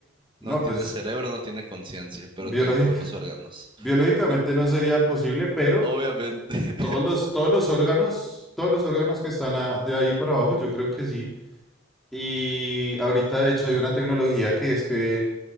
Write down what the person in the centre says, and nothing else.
No,
pues
biológicamente
Biológicamente
no sería posible, pero
todos los, todos los órganos, todos los órganos que están a- de ahí para abajo, yo creo que sí. Y ahorita, de hecho, hay una tecnología que es que,